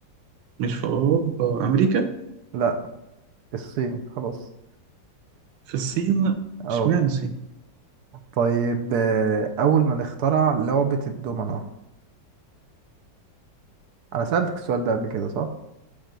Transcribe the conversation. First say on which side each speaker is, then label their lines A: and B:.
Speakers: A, on the right; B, on the right.
A: مش في أوروبا أمريكا
B: لا الصين خلاص
A: في الصين
B: اه
A: اشمعنى الصين؟
B: طيب آه، أول من اخترع لعبة الدومنة أنا سألتك السؤال ده قبل كده صح؟